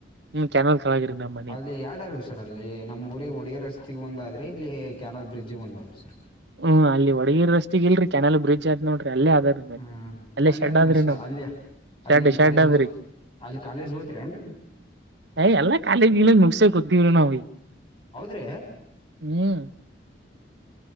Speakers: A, on the right; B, on the left.
A: ಹ್ಮ್ ಕೆನಲ್ ತೊಳಗ್ರಿ ನಮ್ ಮನಿ
B: ಅಲ್ಲಿ ಯಡಾರು ಸರ್ ಅಲ್ಲಿ ನಮ್ಮ್ ಊರಿಗೆ ಹಡುಗರಸ್. ಒಂದಾದ್ರಿ ಇಲ್ಲಿ ಕೆನಲ್ ಬ್ರಿಡ್ಜಿಗ್ ಒಂದ ಆದ್ರಿ ಸರ್.
A: ಹ್ಮ್ ಅಲ್ಲಿ ಒಗಿ ರಸ್ತೆ ಇಲ್ರಿ ಕೆನಾಲಲ್ ಬ್ರಿಡ್ ಆದ್ ನೋಡ್ರಿ. ಅಲ್ಲೇ ಅದ್ರೀ ಮನಿ
B: ಹ್ಮ್
A: ಅಲ್ಲೇ
B: ಅಲ್ಲಿ
A: ಶೆಡ್
B: ನ
A: ಆದ್ರಿ ನಮ್
B: ಅಲ್ಲಿಯ
A: ಶೆಡ್
B: ಅಲ್ಲಿನ್
A: ಶೆಡ್
B: ಕಾಲೇಜ್
A: ಆದ್ರಿ
B: ಹೋದ ಅಲ್ಲಿ ಕಾಲೇಜ್ ಹೋದರಿಿ ಏನ್ರಿ.
A: ಯ ಎಲ್ಲ ಕಾಲೇಜ್ ಗೀಲೇಜ್ ಮುಗಸ ಕೊತ್ತಿವಿರ ನಾವ್.
B: ಹೌದ್ರೆ.
A: ಹ್ಮ್